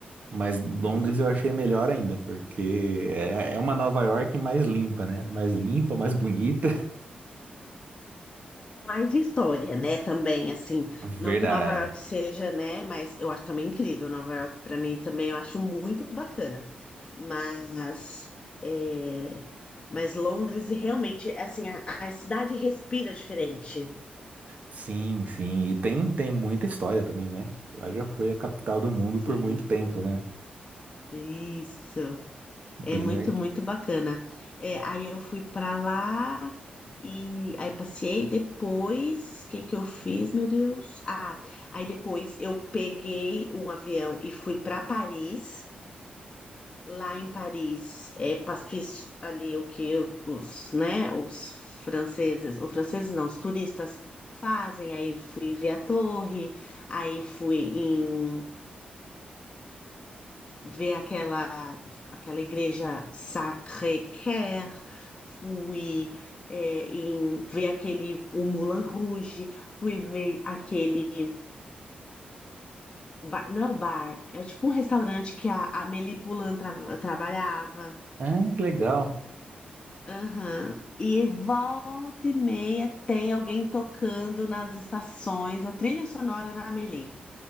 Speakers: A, on the right (about 45°); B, on the left (about 25°).
A: Mas Londres
B: sim.
A: eu achei melhor ainda, porque é, é uma Nova York mais limpa, né? Mais limpa, mais bonita.
B: mais de história, né? Também, assim,
A: <laughs> Verdade.
B: não que Nova York seja, né? Mas eu acho também incrível. Nova York, para mim, também eu acho muito bacana. Mas, é, mas Londres realmente, assim, a, a cidade respira diferente.
A: Sim, sim. E tem, tem muita história também, né? Lá já foi a capital do mundo
B: Sim,
A: por muito tempo, né?
B: isso.
A: Bem,
B: É muito,
A: né?
B: muito bacana. É, aí eu fui pra lá e aí passei. Depois, o que que eu fiz, meu Deus? Ah, aí depois eu peguei um avião e fui pra Paris. Lá em Paris, é, pa- fiz ali o que eu- os, né, os franceses, os franceses não, os turistas fazem. Aí fui ver a torre, aí fui em ver aquela aquela igreja Sacré-Cœur, fui é, em ver aquele o Moulin Rouge, fui ver aquele bar, não é o bar, é tipo um restaurante que a Amélie Poulain tra- trabalhava.
A: ah, que legal.
B: Aham. E volta e meia tem alguém tocando nas estações a trilha sonora da Amélie.